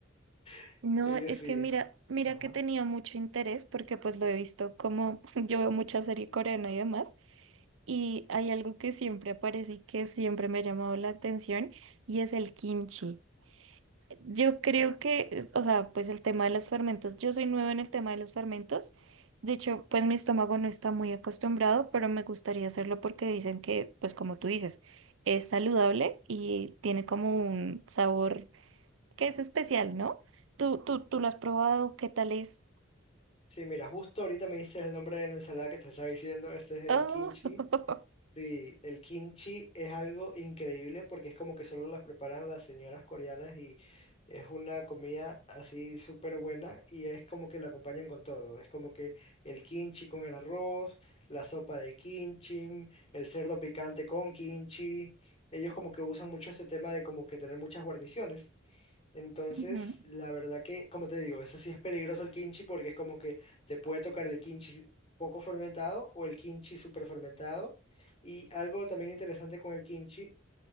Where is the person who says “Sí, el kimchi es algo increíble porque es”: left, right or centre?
Left